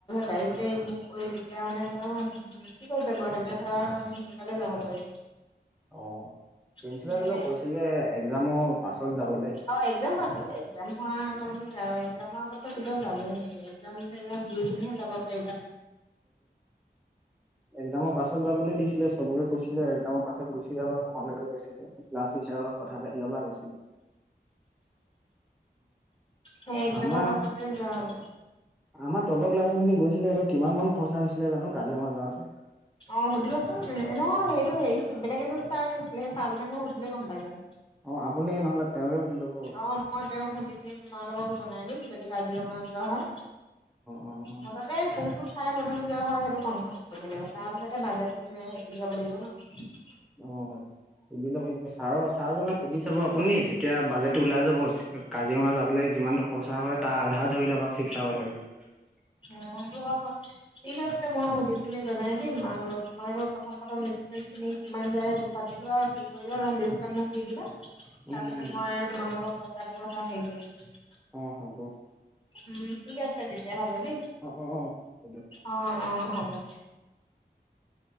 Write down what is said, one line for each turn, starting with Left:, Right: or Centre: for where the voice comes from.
Left: গাড়ী চাঢ়ি বুক কৰি তেতিয়া মানে মোৰ ঠিক আছে বাৰু তেতিয়া ধৰাআমি সোনকালে যাব পাৰিম।
Centre: অ', প্ৰিন্সিপালটো
Left: সেয়াই
Centre: কৈছিলে একজামৰ পাছত যাব
Left: অ', এক্সাম পছতেই। <unintelligible> মাহতে কেতিয়াও যাবই নিদিয়ে। এক্সাম সেকজাম দি পিনিহে যাবা পাৰিবা।
Centre: এক্সাজামৰ পাছত যাবলৈ দিছিলে চবকে কৈছিলে একজামৰ পাছত গুচি যাবা তোমালোকে কৈছিলে ক্লাছ টিচাৰ লগত কথা পাতি লবা কৈছে।
Left: সেই এক্জামৰ
Centre: আমাৰ
Left: পাছতে যোৱা হ'ব।
Centre: আমাৰ তলৰ ক্লাছৰ খিনি গৈছিলে সিহঁতৰ কিমান মান খৰচা হৈছিলে জানো কাজিৰ যোৱাত। <inaudible>
Left: অ', সুধিবাচোন ন সেইটো হেৰি বেলেগ এজন চাৰ নিছিলে সেই চাৰজক মই সুধিলে গম পাই যাম।
Centre: অ', আপুনি নহলে তেওঁকে সুধি ল'ব
Left: অ', ম তেওঁ সুধি পিনি তোমালোকক জনাই দিম যদি কাজিৰঙাত যোৱা হয়।
Centre: অ অ
Left: মুঠতে কোন কোন? ঠাই প্ৰথম দিয়া হয় সেইটো কনফাৰ্ম কৰিব লাগিব তাৰ পিছতে বাজেটটো উলিয়াব লাগিব ন।
Centre: অ', সুধি লব লাগে ছাৰ ছাৰজনক সুধি চাব আপুনি তেতিয়া বাজেট টো ওলাই যাব কাজিৰঙা যাবলৈ যিমানটো খৰচা হয় তাৰ আধা ধৰি লওক আৰু শিৱসাগৰলৈকে।
Left: অ', সেইটো হয় ঠিক আছে মই সুধি পিনি জনাই দিম আৰু তোমাৰৰ প্ৰথম প্ৰথম লিষ্ট খিনি কিমান যায় সেইটো পাতি লোৱা আৰু <unintelligible> মোক দি দিবা। তাৰপিছত
Centre: উম উম
Left: মই হ'ব পইচাটোৰ কথা হেৰি কৰি ল'ম।
Centre: অ, হ'ব।
Left: উম, ঠিক আছে তেতিয়া হ'লে। দেই
Centre: অ অ অ হ'ব দিয়ক
Left: অহ, অহ হ'ব।